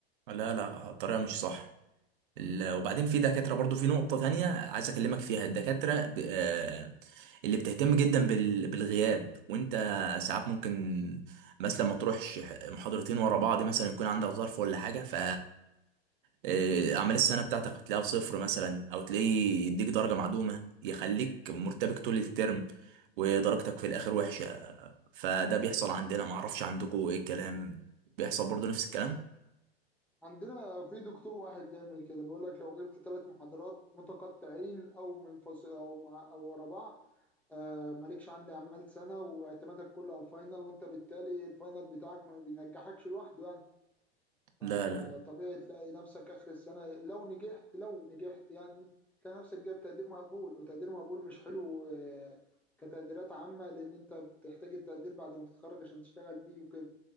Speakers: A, on the right; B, in the centre.
A: لا لا الطريقة مش صح ال- وبعدين في دكاترة
B: أيوه
A: برضو في نقطة تانية عايز أكلمك فيها الدكاترة ب- آه، اللي بتهتم جدا بال- بالغياب وأنت ساعات ممكن مثلا ما تروحش محاضرتين ورا بعض مثلا يكون عندك ظرف ولا حاجة ف آه، أعمال السنة بتاعتك تلاقيها بصفر مثلا أو تلاقيه يديك درجة معدومة يخليك مرتبك طول الترم ودرجتك في الآخر وحشة فده بيحصل عندنا معرفش عندكم إيه الكلام بيحصل برضو نفس الكلام؟
B: عندنا في دكتور واحد بيعمل كده بيقول لك لو غبت ثلاث محاضرات متقطعين او منفصل او مع او ورا بعض آه مالكش عندي اعمال سنه واعتمادك كله على الفاينل وانت بالتالي الفاينل بتاعك ما بينجحكش لوحده يعني فطبيعي
A: لا لا
B: تلاقي نفسك اخر السنه لو نجحت لو نجحت يعني تلاقي نفسك جايب تقدير مقبول وتقدير مقبول مش حلو آه كتقديرات عامه لان انت بتحتاج التقدير بعد ما تتخرج عشان تشتغل بيه وكده